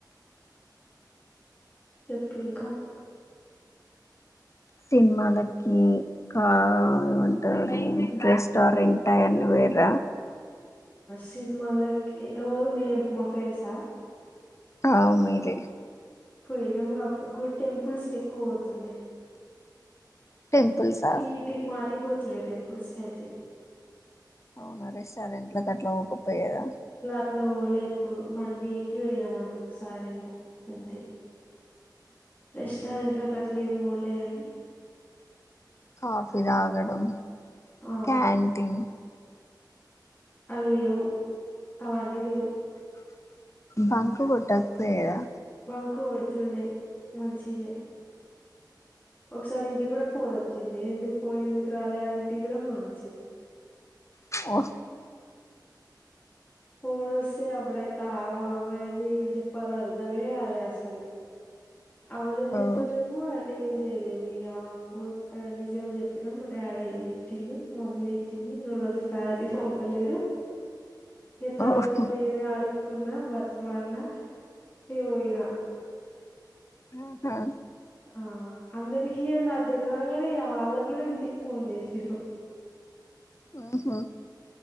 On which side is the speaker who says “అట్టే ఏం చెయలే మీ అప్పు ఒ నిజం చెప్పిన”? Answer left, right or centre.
Left